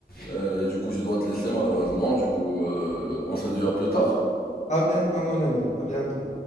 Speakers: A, on the left; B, on the left.
A: Euh, du coup, je dois te laisser, malheureusement. Du coup, euh, on se dit à plus tard.
B: À bientôt, mon ami. À bientôt.